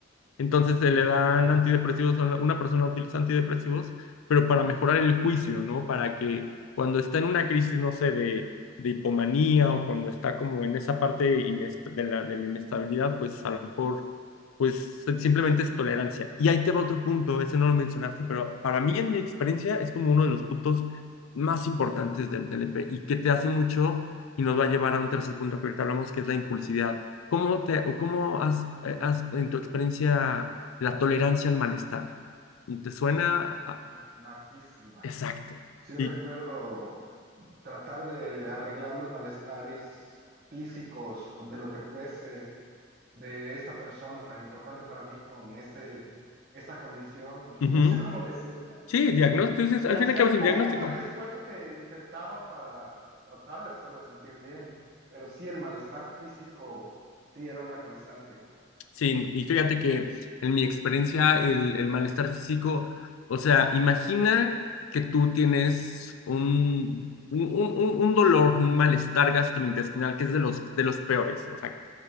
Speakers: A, on the left; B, on the right.
A: entonces se le dan antidepresivos, a una una persona utiliza antidepresivos, pero para mejorar el juicio, ¿no? Para que cuando está en una crisis, no sé, de, de hipomanía o cuando está como en esa parte inest- de la, de la inestabilidad, pues a lo mejor pues si, simplemente es tolerancia. Y ahí te va otro punto, ese no lo mencionaste, pero para mí en mi experiencia es como uno de los puntos más importantes del TLP y que te hace mucho y nos va a llevar a un tercer punto que ahorita hablamos, que es la impulsividad. ¿Cómo, te, o cómo has, eh, has en tu experiencia la tolerancia al malestar? ¿Te suena?
B: Bajísima,
A: a-
B: bajísima.
A: Exacto.
B: Sí recuerdo
A: Y,
B: tratar de arreglar los malestares físicos o de lo que fuese de esta persona tan importante para mí con este, esta condición, <laughs>
A: ujú.
B: no sé cómo decirla.
A: Sí, diagnóstico,
B: Y
A: al
B: hacía
A: fin y al cabo es
B: todo
A: un diagnóstico.
B: el esfuerzo que intentaba para tratar de hacerla sentir bien, pero sí el malestar físico sí era una constante.
A: Sí, y fíjate que en mi experiencia el, el malestar físico, o sea, imagina que tú tienes un, un, un, un un dolor, un malestar gastrointestinal que es de los, de los peores, o sea,